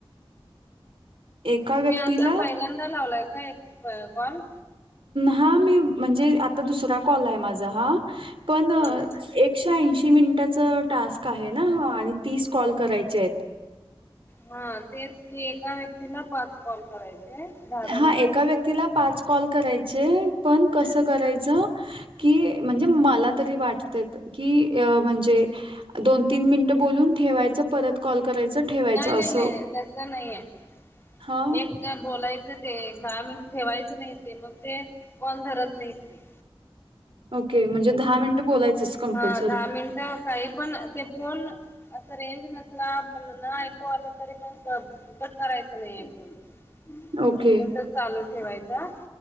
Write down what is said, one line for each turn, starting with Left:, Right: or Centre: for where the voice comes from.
Right: एका
Left: तुम्ही
Right: व्यक्तीला
Left: आता पहिल्यांदा लावलाय का एक प कॉल
Right: हा मी म्हणजे आता दुसरा कॉल आहे माझा हा पण एक
Left: हा
Right: एक्से ऐंशी मिनिटाच टास्क आहे ना आणि तीस कॉल करायचेयेत
Left: हा तेच की एका व्यक्तीला पाच कॉल करायचे दहा दहा
Right: हा
Left: मिनिटाचे.
Right: एका व्यक्तीला पाच कॉल करायचे पण कसं करायचं की म्हणजे मला तरी वाटत की अ म्हणजे दोन तीन मिनिटं बोलून ठेवायचं परत कॉल करायचं ठेवायचं
Left: नाय नाय
Right: असं.
Left: नाय नाय तस नाहीये
Right: हां,
Left: एक काम बोलायचं ते दहा मिनिट ठेवायचं नाही ते मग ते कॉल धरत नाहीत ते
Right: ओके म्हणजे दहा मिनट बोलायचंच कंपल्सरी.
Left: हा दहा मिनट काही पण ते फोन असं रेंज नसला म्ह न ऐकू आलं तरी पण कर कट करायचं नाहीये फोनं
Right: ओके
Left: चालू ठेवायचा